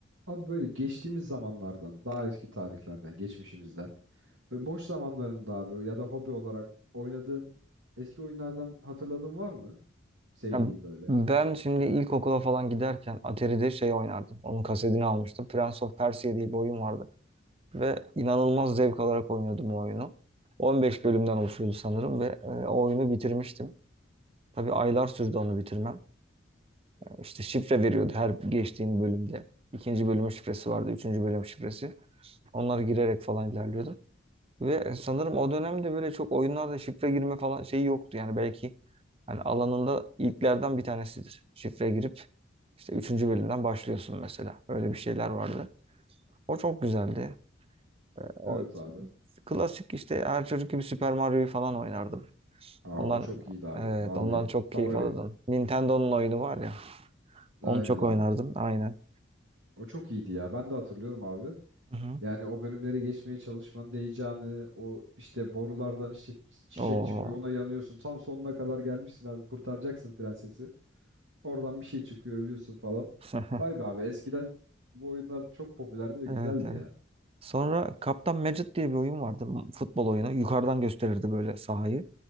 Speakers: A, on the right; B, on the right.
A: Abi böyle geçtiğimiz zamanlardan, daha eski tarihlerden, geçmişimizden ve boş zamanlarında abi ya da hobi olarak oynadığın eski oyunlardan hatırladığın var mı? Sevdiğin
B: Ya
A: böyle.
B: ben şimdi ilkokula falan giderken Atari'de şey oynardım. Onun kasetini almıştım. Prince of Persia diye bir oyun vardı. Ve inanılmaz zevk alarak oynuyordum o oyunu. 15 bölümden oluşuyordu sanırım ve e, o oyunu bitirmiştim. Tabii aylar sürdü onu bitirmem. İşte şifre veriyordu her geçtiğim bölümde. İkinci bölümün şifresi vardı, üçüncü bölüm şifresi. Onları girerek falan ilerliyordum. Ve sanırım o dönemde böyle çok oyunlarda şifre girme falan şeyi yoktu. Yani belki hani alanında ilklerden bir tanesidir. Şifre girip işte üçüncü bölümden başlıyorsun mesela. Öyle bir şeyler vardı. O çok güzeldi. Ee, O
A: Evet abi.
B: klasik işte her çocuk gibi Super Mario'yu falan oynardım.
A: Aa
B: Ondan
A: o çok iyiydi abi.
B: evet
A: Vallahi
B: ondan çok keyif
A: favori.
B: alırdım. Nintendo'nun oyunu var ya.
A: Aynen
B: Onu çok
A: abi.
B: oynardım aynen.
A: O çok iyiydi ya. Ben de hatırlıyorum abi.
B: Hı hı.
A: Yani o bölümleri geçmeye çalışmanın heyecanı, o işte borulardan işte çiçek
B: Oo.
A: çıkıyor, ona yanıyorsun. Tam sonuna kadar gelmişsin abi. Kurtaracaksın prensesi. Oradan bir şey çıkıyor ölüyorsun falan.
B: <laughs>
A: Vay be abi Hmm. eskiden bu oyunlar çok popülerdi ve
B: Evet
A: güzeldi
B: evet.
A: ya.
B: Sonra Kaptan Mecid diye bir oyun vardı. m- Futbol oyunu. Yukarıdan gösterirdi böyle sahayı.